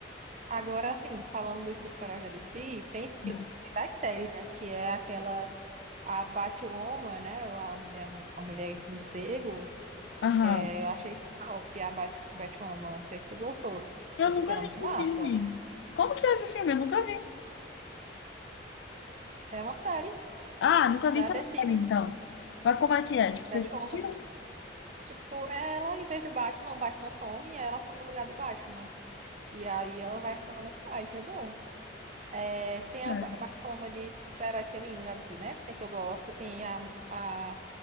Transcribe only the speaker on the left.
Não.
Aham.
Eu
nunca
vi
esse
filme. Como que é esse filme? Eu nunca vi.
Ah, nunca
vi essa
série, então. Mas como é que é? Tipo,
você já assistiu?
Cara.